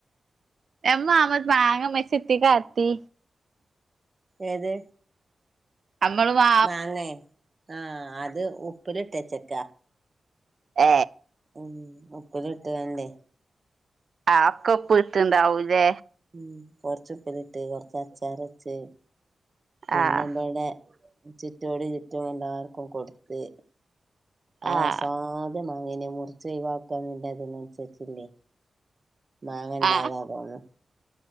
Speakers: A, on the right; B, on the right.
A: എമ്മ അമ്മത് മാങ്ങ മെസിത്തി കാത്തി
B: ഏത്
A: അമ്മൾ മാ
B: മാങ്ങേ ആ അത് ഉപ്പിലിട്ടച്ചേക്കാ.
A: ഏ
B: ഉം ഉപ്പിലിട്ടു <unintelligible>
A: ആ അതൊക്കെ ഉപ്പിട്ടുണ്ടാവൂല്ലേ.
B: ഉം. കൊറച്ചുപ്പിലിട്ട്. കൊറച്ച് അച്ചാറ് വെച്ച്. പിന്നിവടെ
A: ആഹ്
B: ചുറ്റോടി ചുറ്റും എല്ലാർക്കും കൊടുത്ത്. അവസാനത്തെ
A: ആഹ്
B: മാങ്ങേനെയും മുറിച്ച് ഒഴിവാക്കന്നില്ല അതിനനുസരിച്ചില്ലേ മാങ്ങ ഇണ്ടായതാ
A: ആഹ്
B: തോന്നുന്ന്‌.